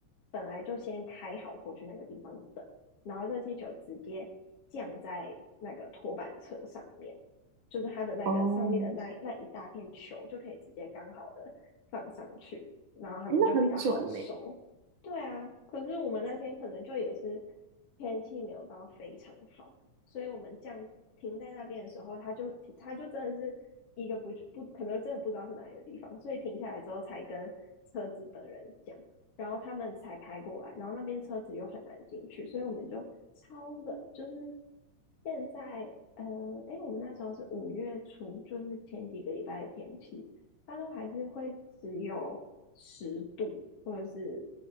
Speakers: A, on the left; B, on the right.
A: 本来就先开好过去那个地方等，然后热气球直接降在那个拖板车上面，就是它的那个上面的那那一大片球就可以直接刚好的放上去。
B: 哦，
A: 然后他们就比较好收。
B: 诶，那很准呢，
A: 对啊，可是我们那天可能就也是天气没有到非常好，所以我们降停在那边的时候，他就他就真的是一个不不可能真的不知道是哪一个地方，所以停下来之后才跟车子的人讲，然后他们才开过来，然后那边车子又很难进去，所以我们就超冷，就是现在。呃，诶，我们那时候是五月初，就是前几个礼拜的天气，它都还是会只有十度，或者是